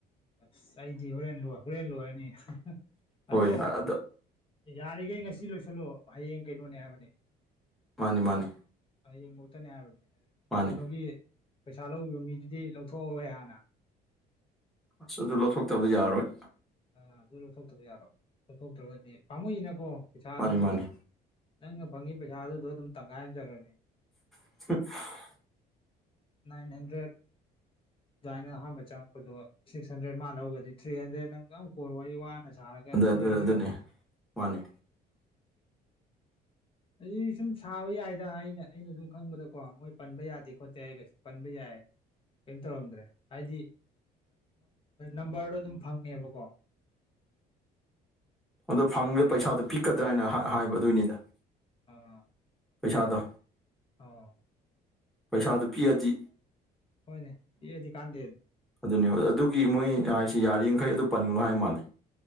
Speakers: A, on the left (about 30°); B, in the centre.
A: ꯑꯁ ꯑꯩꯗꯤ ꯍꯣꯔꯦꯟ ꯂꯣꯏ ꯍꯣꯔꯦꯟ ꯂꯣꯏꯔꯅꯤ
B: ꯍꯣꯏ
A: ꯑꯗꯣ
B: ꯑꯗ
A: ꯌꯥꯔꯤꯒꯩ ꯉꯁꯤ ꯂꯣꯏꯁꯜꯂꯣ ꯍꯌꯦꯡ ꯀꯩꯅꯣꯅꯦ ꯍꯥꯏꯕꯅꯦ
B: ꯃꯥꯅꯦ ꯃꯥꯅꯦ
A: ꯍꯌꯦꯡꯕꯣꯛꯇꯅꯤ ꯍꯥꯏꯕꯅꯤ
B: ꯃꯥꯅꯤ
A: ꯀꯩꯅꯣꯒꯤ ꯄꯩꯁꯥ ꯂꯧꯈꯤꯕ ꯃꯤꯗꯨꯗꯤ ꯂꯧꯊꯣꯛꯍꯧꯔꯣꯍꯦ ꯍꯥꯟꯅ
B: ꯑꯁ ꯑꯗꯨ ꯂꯧꯊꯣꯛꯇꯕ ꯌꯥꯔꯣꯏ
A: ꯑꯥ ꯑꯗꯨ ꯂꯧꯊꯣꯛꯇꯕ ꯌꯥꯔꯣꯢ ꯂꯧꯊꯣꯛꯇ꯭ꯔꯒꯗꯤ ꯄꯥꯝꯃꯨꯏꯅꯀꯣ ꯄꯩꯁꯥꯗꯣ
B: ꯃꯥꯅꯤ ꯃꯥꯅꯤ
A: ꯅꯪ ꯅꯪꯅ ꯐꯪꯉꯤ ꯄꯩꯁꯥꯗꯣ ꯑꯗꯨꯗ ꯑꯗꯨꯝ ꯇꯪꯈꯥꯏ ꯑꯃ ꯆꯠꯈ꯭ꯔꯅꯤ
B: <inaudible>
A: ꯅꯥꯏꯟ ꯍꯟꯗ꯭ꯔꯦꯠ ꯑꯗꯨꯃꯥꯏꯅ ꯑꯍꯥꯟꯕ ꯆꯪꯉꯛꯄꯗꯣ ꯁꯤꯛꯁ ꯍꯟꯗ꯭ꯔꯦꯗ ꯃꯥꯅ ꯂꯧꯒꯗꯤ ꯊ꯭ꯔꯤ ꯍꯟꯗ꯭ꯔꯦꯗ ꯅꯪ ꯑꯗꯨꯀꯌ꯭ꯥꯝ ꯀꯣꯂ ꯋꯥꯔꯤ ꯋꯥꯅ ꯁꯥꯔꯒ
B: ꯑꯗꯨ
A: ꯊꯔ꯭ꯤ
B: ꯑꯗꯨ
A: ꯍꯟꯗꯔ꯭ꯦꯠꯀ
B: ꯑꯗꯨꯅꯦ
A: ꯐꯪꯉꯥꯗꯤ
B: ꯃꯥꯅꯤ
A: ꯑꯩ ꯁꯨꯝ ꯁꯥꯕ ꯌꯥꯏꯗ ꯑꯩꯅ ꯑꯩꯅ ꯑꯗꯨꯝ ꯈꯪꯕꯗꯀꯣ ꯃꯣꯏ ꯄꯟꯕ ꯌꯥꯗꯦ ꯈꯣꯠꯇꯦ ꯍꯥꯔꯒꯁꯨ ꯄꯟꯕ ꯌꯥꯏ ꯀꯩꯝ ꯇꯧꯔꯝꯗ꯭ꯔꯦ ꯍꯥꯏꯗꯤ ꯅꯝꯕꯔꯗꯣ ꯑꯗꯨꯝ ꯐꯪꯉꯦꯕꯀꯣ
B: ꯑꯗꯣ ꯐꯪꯗꯦ
A: ꯀꯩꯅꯣ
B: ꯄꯩꯁꯥꯗꯣ
A: ꯇꯧꯔ
B: ꯄꯤꯛꯀꯗ꯭ꯔꯥ ꯍꯥꯏꯅ ꯍꯥꯏꯕ ꯑꯗꯨꯏꯅꯤꯗ
A: ꯑꯥ
B: ꯄꯩꯁꯥꯗꯣ
A: ꯑꯣ
B: ꯄꯩꯁꯥꯗꯨ ꯄꯤꯛꯑꯗꯤ
A: ꯍꯣꯏꯅꯦ ꯄꯤꯛꯑꯗꯤ ꯀꯥꯟꯗꯦ
B: ꯑꯗꯨꯅꯤ ꯑꯗꯨꯒꯤ ꯃꯣꯏ ꯍꯥꯏꯁꯤ ꯌꯥꯔꯤꯃꯈꯩ ꯑꯗꯨ ꯄꯟꯒꯅꯨ ꯍꯥꯏ ꯃꯥꯜꯂꯦ